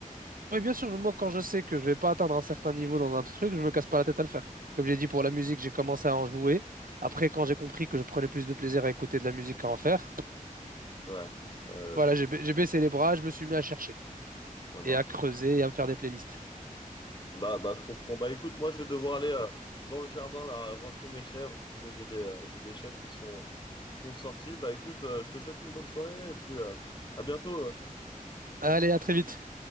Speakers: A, on the right; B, on the left.
A: Oui, bien sûr, mais moi, quand je sais que je vais pas atteindre un certain niveau dans un truc, je me casse pas la tête à le faire. Comme j'ai dit pour la musique, j'ai commencé à en jouer. Après, quand j'ai compris que je prenais plus de plaisir à écouter de la musique qu'à en faire,
B: Ouais, ouais,
A: Voilà,
B: je comprends.
A: j'ai ba- j'ai baissé les bras, je me suis mis à chercher
B: Ça
A: et
B: marche.
A: à creuser et à me faire des playlists.
B: Bah, bah, je comprends. Bah, écoute, moi, je vais devoir aller euh, dans le jardin, là, rentrer mes chèvres parce que j'ai des, euh, j'ai des chèvres qui sont, qui sont sorties. Bah, écoute, euh, je te souhaite une bonne soirée et puis euh, à bientôt. euh.
A: Allez, à très vite.